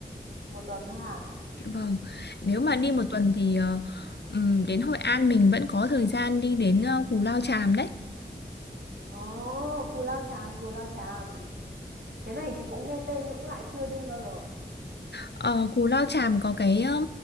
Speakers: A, on the right; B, on the left.
A: Một tuần thôi à?
B: Vâng, nếu mà đi
A: Ừ.
B: một tuần thì ờ, ừm, đến Hội An mình vẫn có thời gian đi đến ờ, Cù Lao Chàm đấy.
A: Ồ, Cù Lao Chàm, Cù Lao Chàm. Cái này chị cũng nghe tên nhưng cũng lại chưa đi bao giờ.
B: Ờ, Cù Lao Chàm có cái